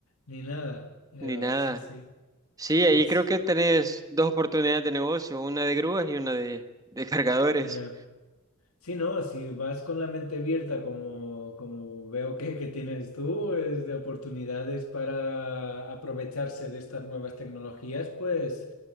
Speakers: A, on the left; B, on the right.
A: ni nada. Eh,
B: ni nada.
A: sí, sí.
B: Sí, ahí
A: Es,
B: creo que tenés dos oportunidades de negocio, una de grúas y una de, de cargadores.
A: ya. Sí, no, si vas con la mente abierta, como, como veo que, que tienes tú, es de oportunidades para aprovecharse de estas nuevas tecnologías, pues.